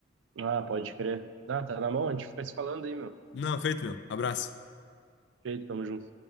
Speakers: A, on the right; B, on the left.
A: Ah, pode crer. Ah, tá na mão, a gente fica se falando aí, meu.
B: Não, feito, meu. Abraço.
A: Feito, tamo junto.